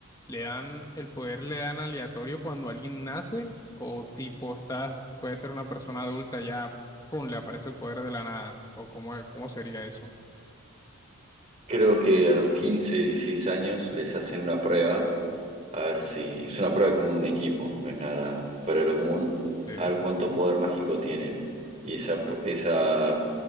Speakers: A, on the left (about 15°); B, on the right (about 30°).
A: le dan, el poder le dan aleatorio cuando alguien nace, o tipo, estás, puede ser una persona adulta ya, pum, le aparece el poder de la nada, o cómo, cómo sería eso,
B: Creo que a los 15, 16 años les hacen una prueba, a ver si es una prueba con un equipo, no es nada fuera de lo común,
A: ¿sí?
B: a ver cuánto poder mágico tienen. Y esa, esa,